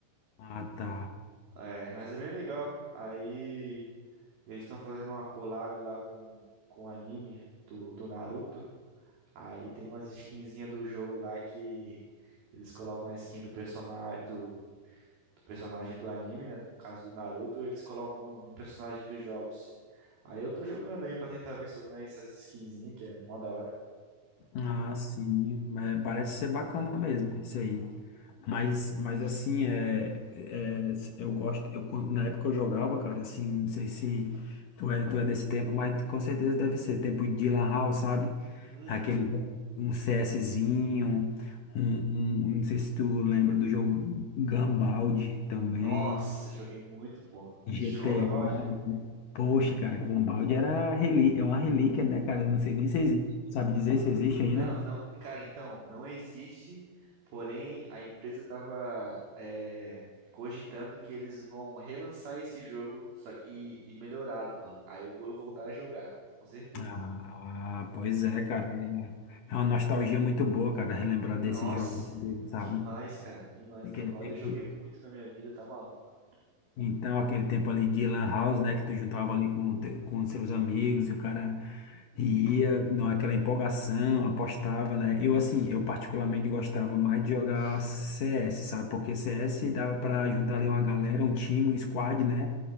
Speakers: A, on the left; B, on the right.
A: Ah, tá.
B: É, mas é bem legal. Aí eles estão fazendo uma collab lá com, com o anime do, do Naruto. Aí tem umas skinzinhas do jogo lá que eles colocam a skin do personagem do, do personagem do anime, né? No caso do Naruto, eles colocam no, no personagem dos jogos. Aí eu tô jogando aí pra tentar ver se eu ganho essas skinzinhas, que é mó da hora.
A: Ah, sim, mas parece ser bacana mesmo isso aí. Mas, mas assim, é, é, eu gosto, eu, quando- na época eu jogava, cara, assim, não sei se tu é, tu é desse tempo, mas com certeza deve ser, tempo de Lan House, sabe?
B: Uhum.
A: Aquele, um CSzinho, um, um, não sei se tu lembra do jogo Gumball também,
B: Nossa, joguei muito, pô.
A: GTA,
B: Tu jogou Gambaldi?
A: poxa, cara, Gumball era relí é uma relíquia, né, cara, eu não sei nem se existe, sabe dizer se existe ainda?
B: Não, não, cara, então, não existe, porém a empresa tava é, cogitando que eles vão relançar esse jogo só que, e, e melhorado, mano. Aí eu vou voltar a jogar, com certeza.
A: Ah, pois é, cara. É é uma nostalgia muito boa, cara, relembrar
B: Nossa,
A: desses jogos aqui, sabe?
B: demais, cara. Demais,
A: Aquele
B: Gambald.
A: tempo,
B: Eu joguei muito na minha vida, tá maluco?
A: então, aquele tempo ali de Lan House, né? Que tu juntava ali com, te- com seus amigos e o cara ia, não, aquela empolgação, apostava, né? Eu, assim, eu particularmente gostava mais de jogar CS, sabe? Porque CS dava pra juntar ali uma galera, um time, um squad, né?